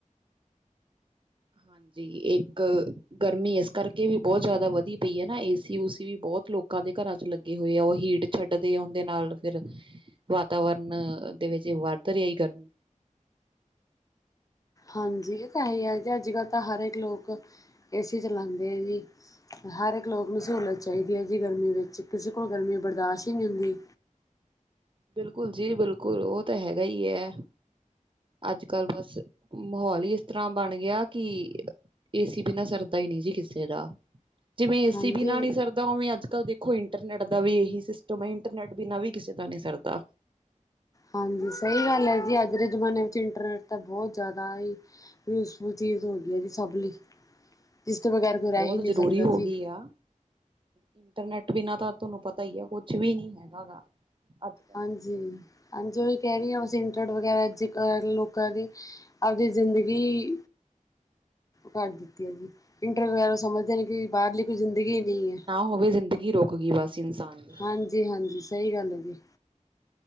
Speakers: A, on the right (about 35°); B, on the left (about 25°).
A: ਹਾਂਜੀ ਇੱਕ ਗਰਮੀ ਇਸ ਕਰਕੇ ਵੀ ਬਹੁਤ ਜ਼ਿਆਦਾ ਵਧੀ ਪਈ ਆ ਨਾ ਏਸੀ ਊਸੀ ਵੀ ਬਹੁਤ ਲੋਕਾਂ ਦੇ ਘਰਾਂ ਚ ਲੱਗੇ ਹੋਏ ਆ ਉਹ ਹੀਟ ਛੱਡਦੇ ਆ ਦੇ ਨਾਲ ਫਿਰ ਵਾਤਾਵਰਨ ਦੇ ਵਿੱਚ ਵੱਧ ਰਹੀ ਗਰਮੀ
B: ਹਾਂਜੀ ਤਾਂ ਹੀ ਹੈ ਜੀ ਅੱਜ ਕੱਲ ਤਾਂ ਹਰੇਕ ਲੋਕ ਏਸੀ ਚਲਾਉਂਦੇ ਆ ਜੀ ਹਰ ਇੱਕ ਲੋਕ ਨੂੰ ਸਹੂਲਤ ਚਾਹੀਦੀ ਹੈ ਜੀ ਗਰਮੀ ਵਿੱਚ ਕਿਸੇ ਕੋਲ ਗਰਮੀ ਬਰਦਾਸ਼ਤ ਹੀ ਨਹੀਂ ਹੁੰਦੀ
A: ਬਿਲਕੁਲ ਜੀ ਬਿਲਕੁਲ ਉਹ ਤਾਂ ਹੈਗਾ ਹੀ ਹੈ। ਅੱਜ ਕੱਲ ਬਸ ਮਾਹੌਲ ਹੀ ਇਸ ਤਰ੍ਹਾਂ ਬਣ ਗਿਆ ਕਿ ਏਸੀ ਬਿਨਾਂ ਸਰਦਾ ਹੀ ਨੀ ਜੀ ਕਿਸੇ ਦਾ ਜਿਵੇਂ ਏਸੀ
B: ਹਾਂਜੀ
A: ਬਿਨਾ ਨੀ ਸਰਦਾ। ਤਾਂ ਓਵੇ ਅੱਜ ਕੱਲ੍ਹ ਦੇਖੋ ਇੰਟਰਨੈੱਟ ਦਾ ਵੀ ਇਹੀ ਸਿਸਟਮ ਐ ਇੰਟਰਨੈਟ ਬਿਨਾਂ ਵੀ ਕਿਸੇ ਦਾ ਨੀ ਸਰਦਾ।
B: ਹਾਂਜੀ, ਸਹੀ ਗੱਲ ਐ ਜੀ ਅੱਜ ਦੇ ਜ਼ਮਾਨੇ ਵਿੱਚ ਇੰਟਰਨੈੱਟ ਤਾਂ ਬਹੁਤ ਜ਼ਿਆਦਾ ਹੀ ਯੂਸਫੁਲ ਚੀਜ਼ ਹੋ ਗਈ ਐ ਜੀ ਸਭ ਲਈ ਜਿਸਦੇ
A: ਹਾਂਜੀ
B: ਬਗ਼ੈਰ ਕੋਈ ਰਹਿ
A: ਬਹੁਤ
B: ਹੀ ਨੀ
A: ਜ਼ਰੂਰੀ
B: ਸਕਦਾ
A: ਹੋ
B: ਜੀ।
A: ਗਈ ਆ ਇੰਟਰਨੈਟ ਬਿਨਾਂ ਤਾਂ ਤੁਹਾਨੂੰ ਪਤਾ ਈ ਆ ਕੁਛ ਵੀ ਨੀ ਹੈਗਾ ਗਾ। ਅੱਜ ਕੱਲ
B: ਹਾਂਜੀ ਹਾਂਜੀ, ਉਹੀ ਕਹਿ ਰਹੀ ਹਾਂ ਅਸੀਂ ਇੰਟਰਨੈਟ ਵਗੈਰਾ ਅੱਜਕੱਲ ਲੋਕਾਂ ਦੀ ਆਪਦੀ ਜ਼ਿੰਦਗੀ ਕੱਟ ਦਿੱਤੀ <unintelligible> ਸਮਝਦੇ ਨੇ ਕਿ ਬਾਹਰਲੀ ਕੋਈ ਜ਼ਿੰਦਗੀ ਨਹੀਂ ਐ।
A: ਓਵੇਂ ਜ਼ਿੰਦਗੀ ਰੁਕ ਗਈ ਬਸ ਇਨਸਾਨ ਦੀ।
B: ਹਾਂਜੀ ਹਾਂਜੀ, ਸਹੀ ਗੱਲ ਆ ਜੀ।